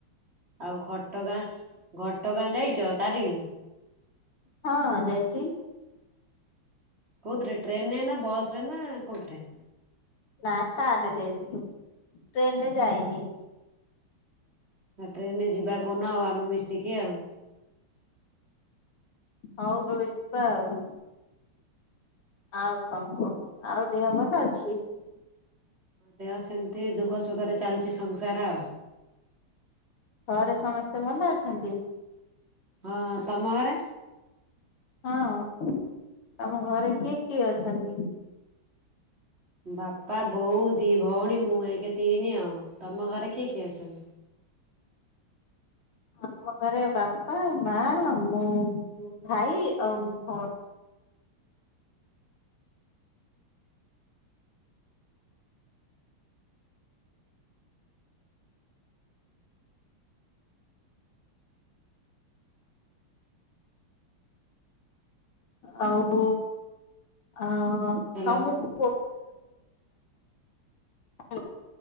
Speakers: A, on the right; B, on the left.
A: ଆଉ ଘଟଗାଁ ଘଟଗାଁ ଯାଇଛ ତାରିଣୀ।
B: ହଁ ଯାଇଛି।
A: କୋଉଥ୍ରେ ଟ୍ରେନ ରେ ନା ବସ ରେ ନା କୋଉଥ୍ରେ?
B: ନା କାରରେ ଯାଇଥିଲୁ ଟ୍ରେନ ରେ ଯାଇନି।
A: ନା ଟ୍ରେନରେ ଯିବା କୋଉନ ଆମେ ମିଶିକି ଆଉ।
B: ହଉ କେବେ ଯିବା ଆଉ। ଆଉ କଂ କୁହ ଆଉ ଦେହ ଭଲ ଅଛି।
A: ଦେହ ସେମିତି ଦୁଃଖ ସୁଖରେ ଚାଲିଛି ସଂସାର।
B: ଘରେ ସମସ୍ତେ ଭଲ ଅଛନ୍ତି।
A: ହଁ ତମ ଘରେ।
B: ହଁ ତମ ଘରେ କିଏ କିଏ ଅଛନ୍ତି?
A: ବାପା ବୋଉ ଦି ଭଉଣୀ ମୁଁ ଏକ ତିନି ଆଉ ତମ ଘରେ କିଏ କିଏ ଅଛନ୍ତି?
B: ଆମ ଘରେ ବାପା ମା ମୁଁ ଭାଇ ଆଉ ମୋ ଭଉଣୀ। ଆଉ ଆଁ
A: ହ୍ୟାଲୋ।
B: ତମକୁ <unintelligible>